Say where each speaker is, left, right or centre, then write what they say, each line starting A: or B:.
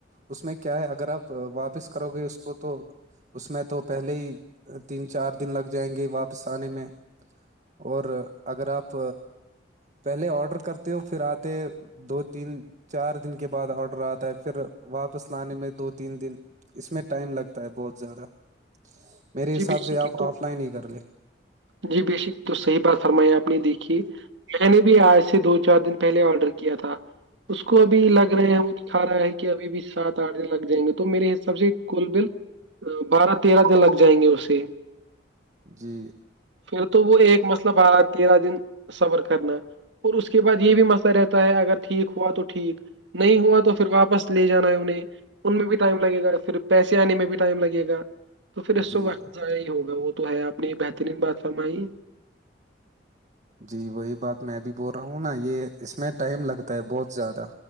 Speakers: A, on the right (about 40°); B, on the right (about 80°).
A: اس میں کیا ہے اگر آپ واپس کرو گے اس کو تو اس میں تو پہلے ہی تین چار دن لگ جائیں گے واپس آنے میں اور اگر آپ پہلے آڈر کرتے ہو پھر آتے دو تین چار دن کے بعد آڈر آتا ہے پھر واپس لانے میں دو تین دن اس میں ٹائم لگتا ہے بہت زیادہ میرے
B: جی
A: حساب
B: بک
A: سے
B: سک
A: آپ
B: تو
A: آف لائن ہی کر لیں
B: جی بے شک تو صحیح بات فرمائی آپ نے دیکھی میں نے بھی آج سے دو چار دن پہلے آڈر کیا تھا اس کو ابھی لگ رہے ہیں وہ دھا رہا ہے کہ ابھی بھی سات آٹھ دن لگ جائیں گے تو میرے حساب سے کول بل بارہ تیرہ دن لگ جائیں گے اسے
A: جی
B: پھر تو وہ ایک مسلب بارہ تیرہ دن سبر کرنا اور اس کے بعد یہ بھی مسئلہ رہتا ہے اگر ٹھیک ہوا تو ٹھیک نہیں ہوا تو پھر واپس لے جانا ہے انہیں ان میں بھی ٹائم لگے گا پھر پیسے آنے میں بھی ٹائم لگے گا تو پھر اس
A: جی
B: وقت ضائع ہی ہوگا وہ تو ہے آپ نے یہ بہترین بات فرمائی
A: جی وہی بات میں بھی بول رہا ہوں نا یہ اس میں ٹائم لگتا ہے بہت زیادہ